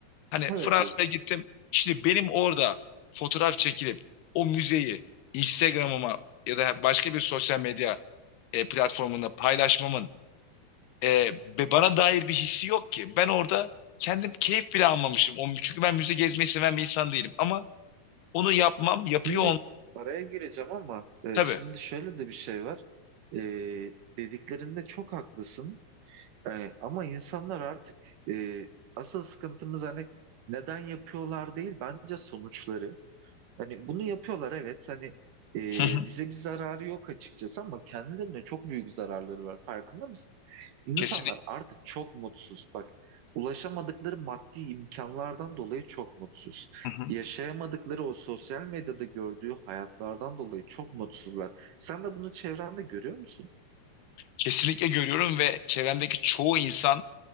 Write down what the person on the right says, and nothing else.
Evet
evet.
Şimdi
araya gireceğim ama e,
şimdi şöyle de bir şey var. E, dediklerinde çok haklısın. E, ama insanlar artık e, asıl sıkıntımız hani neden yapıyorlar değil bence sonuçları. Hani bunu yapıyorlar evet hani e,
bize bir zararı yok açıkçası ama kendilerine çok büyük zararları var farkında mısın? İnsanlar
artık çok mutsuz bak ulaşamadıkları maddi imkanlardan dolayı çok mutsuz.
Yaşayamadıkları o sosyal medyada gördüğü hayatlardan dolayı çok mutsuzlar. Sen de bunu çevrende görüyor musun?